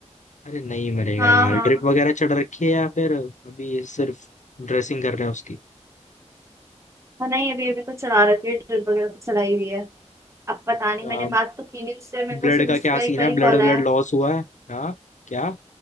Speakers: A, on the left; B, on the right.
A: अरे नहीं मरेगा
B: हाँ
A: यार
B: हाँ
A: ड्रिप वगैरह चढ़ रखी है या फिर अभी सिर्फ ड्रेसिंग कर रहे हैं उसकी
B: हाँ, नहीं अभी अभी तो चढ़ा रखी है ड्रिप वगैरह तो चढ़ाई हुई है अब पता
A: अच्छा
B: नहीं मैंने बात तो की नहीं उससे मेरे
A: ब्लड
B: को सिर्फ
A: का
B: उसका
A: क्या
B: एक
A: सीन
B: बार
A: है
B: ही
A: ब्लड
B: कॉल
A: ब्लड
B: आया
A: लॉस हुआ है हाँ क्या